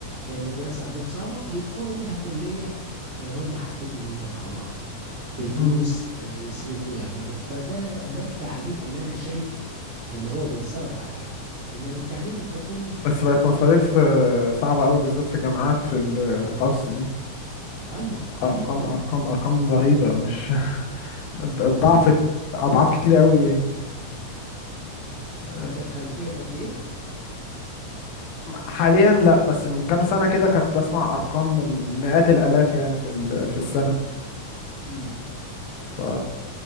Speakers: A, on the right (about 60°); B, on the left (about 80°).
A: لان الدراسه عندهم صعبه يدخلوا بيها كليه آه، هم حابين ان هم يدخلوها بالفلوس
B: مم،
A: آه، يصرفوا يعملوا فده ده
B: مم.
A: التعليم اللي انا شايف اللي هو بيتصرف عليه انما التعليم الحكومي
B: بس بقت
A: في
B: مصاريف
A: الآ-
B: آه، صعبه قوي بالذات في جامعات في الخاص دي
A: ايوه غاليه
B: ارقام
A: طبعا
B: ارقام ارقام رهيبه مش <laughs> الضعف اضعاف كتير قوي يعني
A: مم.
B: آه،
A: عندك خلفيه بقد ايه؟
B: حاليا لا بس من كام سنه كده كنت بسمع ارقام مئات الالاف يعني في ال- في السنه
A: مم.
B: ف